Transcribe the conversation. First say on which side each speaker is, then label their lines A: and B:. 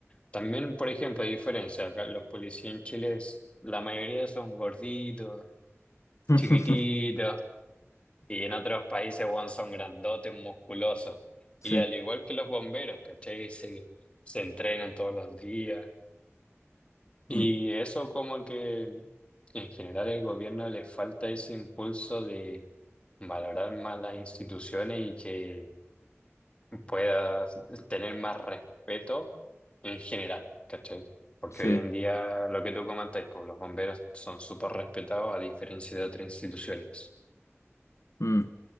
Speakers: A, on the left; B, on the left.
A: También, por ejemplo, hay diferencia, acá los policías en Chile, es- la mayoría son gorditos,
B: <laughs>
A: chiquititos, y en otros países, weón, son grandotes, musculosos.
B: Sí,
A: Y al igual que los bomberos, ¿cachai? Se, se entrenan todos los días. Y
B: mm,
A: eso como que en general el gobierno le falta ese impulso de valorar más las instituciones y que pueda tener más respeto en general, ¿cachai? Porque
B: sí,
A: hoy en día lo que tú comentáis, pues los bomberos son súper respetados a diferencia de otras instituciones.
B: mm.